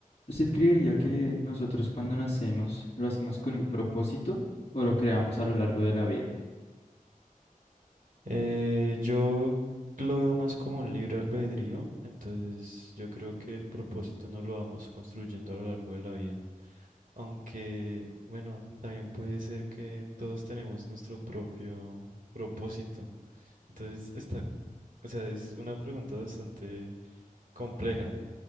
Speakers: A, on the left (about 45°); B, on the right (about 65°).
A: ¿Usted creería que nosotros cuando nacemos lo hacemos con un propósito o lo creamos a lo largo de la vida?
B: Eh, yo lo veo más como un libre albedrío, entonces yo creo que el propósito no lo vamos construyendo a lo largo de la vida. Aunque, bueno, también puede ser que todos tenemos nuestro propio propósito. Entonces está, o sea, es una pregunta bastante compleja